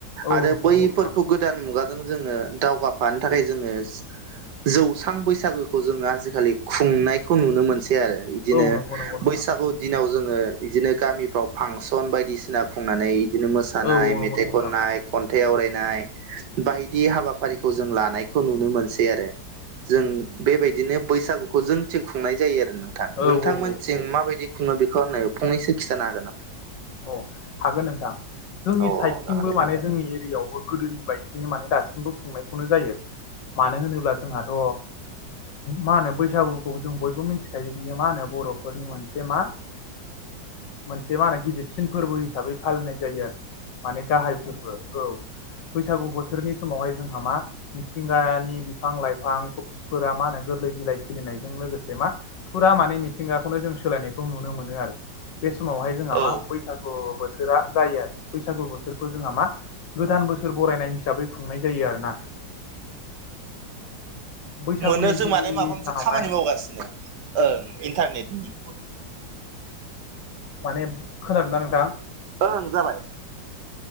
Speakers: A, on the left (about 70°); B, on the right (about 70°).
A: औ
B: आरो
A: नंगौ
B: बैफोरखौ
A: नंगौ नोंथां
B: गोदान मुगाजों जोङो दावगाफानो थाखाय जोङो जौस्रां बैसागोखौ जोङो आजिखालि खुंनायखौ नुनो मोनसै आरो बिदिनो
A: औ नंगौ नंगौ नोंथां
B: बैसागु दिनाव जोङो बिदिनो गामिफ्राव फांसन बायदिसिना खुंनानै बिदिनो मोसानाय
A: औ नंगौ
B: मेथाइ
A: नंगौ नोंथां
B: खननाय खन्थाइ आवरायनाय बायदि हाबाफारिखौ जों लानायखौ नुनो मोनसै आरो जों बेबायदिनो बैसागुखौ जोंथिं खुंनाय जायो आरो ना नोंथां
A: औ
B: नोंथांमोनसिं
A: औ औ
B: माबायदि खुङो बेखौ आंनो फंनैसो खिथानो हागोन नामा
A: औ हागोन नोंथां जोंनि
B: अ
A: साइडथिंबो
B: जागोन दे
A: माने जोंनि एरियायावबो गोदोनि बायदियैनो माने दासिमबो खुंनायखौनो जायो मानो होनोब्ला जोंहाथ' मा होनो बैसागुखौ जों बयबो मिथिखायो बियो मा होनो बर'फोरनि मोनसे मा मोनसे मा होनो गिदिरसिन फोरबो हिसाबै फालिनाय जायो आरो माने गाहाय फोरबो औ बैसागु बोथोरनि समावहाय जोंहा मा मिथिंगानि बिफां लाइफांफोरा मा होनो गोरलै बिलाइ खिलिनायजों लोगोसे मा फुरा माने मिथिंगाखौनो जों सोलायनायखौ नुनो मोनो आरो बे समावहाय जोंहा
B: औ
A: मा बै बैसागु बोथोरा जायो आरो बैसागु बोथोरखौ जोंहा मा गोदान बोसोर बरायनाय हिसाबै खुंनाय जायो आरोना बैसागुनि
B: मोनो जों
A: गिबि
B: माने माबा मोनसे
A: सानावहाय
B: खामानि मावगासिनो ओं इन्टारनेटनि
A: माने खोनादों ना नोंथां
B: ओं जाबाय